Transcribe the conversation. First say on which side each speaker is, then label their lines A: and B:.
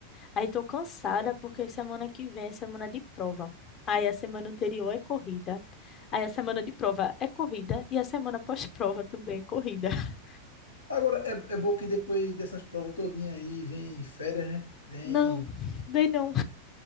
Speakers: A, on the left; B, on the left.
A: Aí tô cansada porque semana que vem é semana de prova. Aí a semana anterior é corrida. Aí a semana de prova é corrida e a semana pós-prova também é corrida. <laughs>
B: Agora, é, é bom que depois dessas provas todinha aí, vem férias, né? Vem...
A: Não, bem não.